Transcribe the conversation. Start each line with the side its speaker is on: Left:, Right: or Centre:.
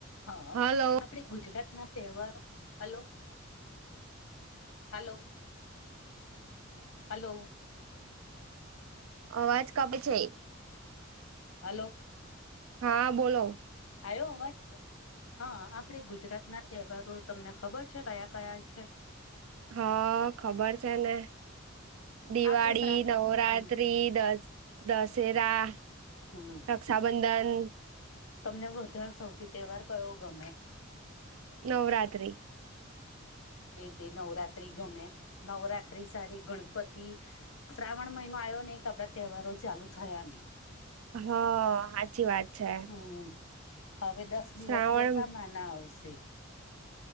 Left: હા
Right: હલો
Left: ગુજરાતના તહેવારો હલો. Hello hello.
Right: અવાજ કાપે છે.
Left: હાલો
Right: હા બોલો.
Left: આયો અવાજ, હા આપડે ગુજરાત ના તહેવારો તમને ખબર છે કયા કયા છે?
Right: હા ખબર છે ને દિવાળી,
Left: આપડે શ્રા
Right: નવરાત્રી,
Left: હમ
Right: દસ દશેરા
Left: હમ્મ.
Right: રક્ષાબંધન
Left: તમને વધારે સૌથી તહેવાર કયો ગમે?
Right: નવરાત્રિ.
Left: તે નવરાત્ર્રી ગમે નવરાત્રી સારી ગણપતિ શ્રાવણ મહિનો આવ્યો નહીં કે આપડા તહેવારો ચાલુ થયા નહીં.
Right: હા હાચી વાત છે.
Left: હમ્મ હવે દસ દિવસ
Right: શ્રાવણ
Left: દસાામાં ના આવશે.